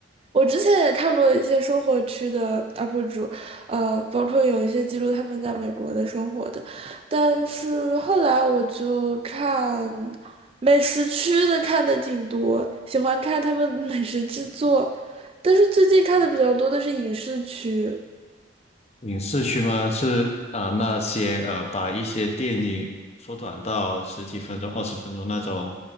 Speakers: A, on the right; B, on the left.
A: 我之前也看过一些生活区的 UP 主，呃，包括有一些记录他们在美国的生活的，但是后来我就看美食区的看的挺多，喜欢看他们美食制作，但是最近看的比较多的是影视区，
B: 影视区吗？是啊呃那些呃把一些电影缩短到十几分钟、二十分钟那种